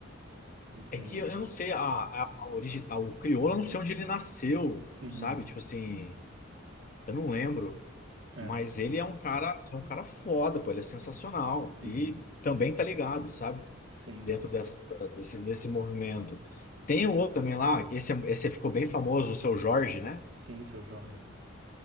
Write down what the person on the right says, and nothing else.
ele tem.
Uhum,
é,
uhum,
sim,
sim.
Sim, seu Jorge.